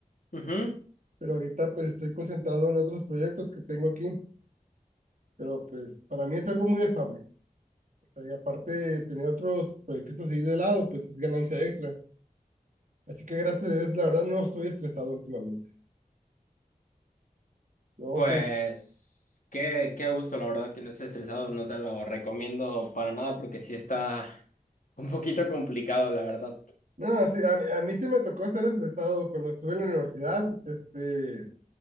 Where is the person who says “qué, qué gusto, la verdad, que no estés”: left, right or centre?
Left